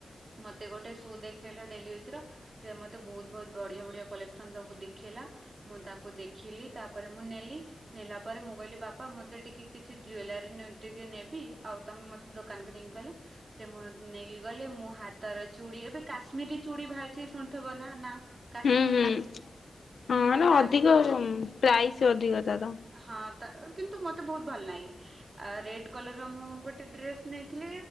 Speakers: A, on the right; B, on the left.
A: ମତେ ଗୋଟେ ସୁ ଦେଖେଇଲ ଡେଲି ୟୁଜ ର ସେ ମତେ ବହୁତ ବହୁତ ବଢିଆ ବଢିଆ କଲେକ୍ସନ ସବୁ ଦେ ଦେଖେଇଲା ମୁଁ ତାକୁ ଦେଖିଲି ତାପରେ ମୁଁ ନେଲି। ନେଲା ପରେ ମୁଁ କହିଲି ବାପା ମତେ ଟିକେ କିଛି ଜୁଏଲାରୀ ଟିକେ ନେବି ଆଉ ତମେ ମତେ ଦୋକାନକୁ ନେଇକି ଗଲ, ସେ ମତେ ନେଇକି ଗଲେ। ମୁଁ ହାତର ଚୁଡ଼ି ଏବେ କାଶ୍ମୀରୀ ଚୁଡ଼ି ବାହାରିଛି ଶୁଣିଥିବ ନା ନା କାଶ୍ମୀରୀ
B: ହୁଁ ହୁଁ
A: ଚୁଡି
B: ହଁ
A: ମୁଁ
B: ନା
A: କାସ
B: ଅଧିକ ପ୍ରାଇସ୍ ଅଧିକ ତାର।
A: ହଁ ତ କିନ୍ତୁ ମତେ ବହୁତ ଭଲ ଲାଗେ ରେ କଲର ମୁଁ ଗୋଟେ ଡ୍ରେସ ନେଇଥିଲି